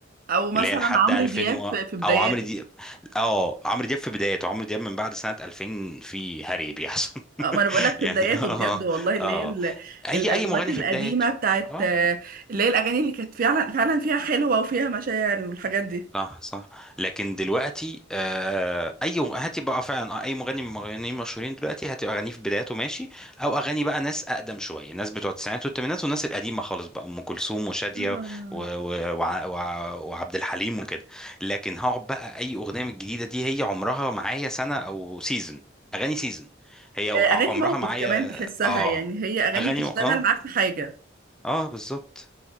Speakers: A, on the right (about 50°); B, in the centre.
A: او مثلا
B: اللي هي لحد
A: عمرو
B: 2000
A: دياب
B: و...
A: في في بداياته
B: او عمرو دياب اه عمرو دياب في بدايته عمرو دياب من بعد سنه 2000 في هري بيحصل
A: أو ما
B: <laughs>
A: انا بقولك في
B: يعني
A: بداياته
B: اه
A: بجد والله اللي
B: اه
A: هي ال-
B: اي
A: الالبومات
B: اي مغني
A: القديمه
B: في بدايته
A: بتاعت
B: اه
A: آه، اللي هي الاغاني اللي كانت فعلا فعلا فيها حلوه وفيها مشاعر والحاجات دي
B: صح صح لكن دلوقتي آه اي هاتي بقى فعلا آه، اي مغني من المغنيين المشهورين دلوقتي هتبقى اغانيه في بداياته ماشي او اغاني بقى ناس اقدم شويه ناس بتوع التسعينات والثمانينات والناس القديمه خالص بقى ام كلثوم وشاديه
A: طبعا
B: و- و- وع- وع- وعبد الحليم وكده لكن هقعد بقى اي اغنيه من الجديده دي هي عمرها معايا سنه او سيزون اغاني سيزون هي أو-
A: اغاني
B: عمرها
A: موقف
B: معايا
A: كمان تحسها
B: اه
A: يعني هي اغاني
B: اغاني
A: تشتغل
B: اه
A: معاك في حاجه
B: اه بالظبط